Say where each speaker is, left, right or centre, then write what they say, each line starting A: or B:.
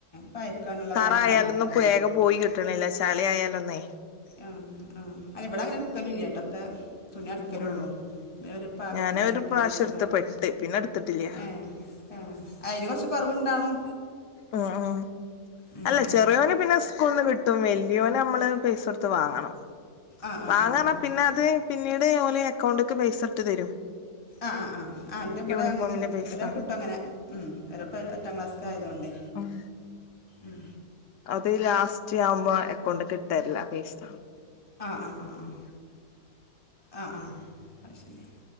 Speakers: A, on the left; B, on the left.
A: പയക്കാനുള്ളതുണ്ടാവും
B: കറ ആയാലൊന്നും
A: ഇക്കാരം
B: ഇപ്പേഗം
A: മണി
B: പോയി കിട്ട്ണില്ല ചളി ആയാലൊന്നേയ്
A: ആഹ് ആഹ് അല്ല ഇബടെ അങ്ങനെ ഇട്ക്കല് ഇല്ലട്ടോ ഒക്കെ തുണിയാ ഇട്ക്കലൊള്ളു
B: ഉം
A: ഇത് ഞാൻ ഒരു പാകത്തിന്
B: ഞാന്
A: അടിക്കാ
B: ഒരു പ്രാവശ്യം
A: വിചരിച്ച്ങ്ങാണ്ട്
B: എടുത്ത് പെട്ട് പിന്നെ എടുത്തിട്ടില്ല
A: ഏഹ് ഏഹ് അയിന് കൊറച്ച് കൊറവ് ഇണ്ടാണും
B: ഉ ഉം
A: ഉം
B: അല്ല
A: ഉം
B: ചെറിയോന് പിന്നെ സ്കൂള്ന്ന് കി ട്ടും വല്ല്യോന് അമ്മള് പൈസൊട്ത്ത് വാങ്ങണം
A: ആഹ് ആഹ്
B: വാങ്ങർഞ്ഞാ
A: ആഹ് ആഹ്
B: പിന്നെ അത് പിന്നീട് ഓല് അക്കൗണ്ടക്ക് പൈസ ഇട്ട് തരും
A: ആഹ് ആഹ് ആഹ് ഇൻ്റെബടെ
B: യൂണിഫോമിന്റെ
A: അങ്ങനെ തന്നെ ഫ
B: പൈസ
A: ഒരാക്ക് കിട്ടും അങ്ങനെ ഉം <unintelligible> എട്ടാം ക്ലാസ്ക്കായതോണ്ടെ
B: ഉം
A: ഉം
B: അത് ലാസ്റ്റ് ആവുമ്പോ എക്കൗണ്ട്ക്ക് ഇട്ടരെലാ പൈസാ
A: ആഹ് ആഹ് ആഹ് ആഹ് ആഹ് ആഹ് അത് ശരി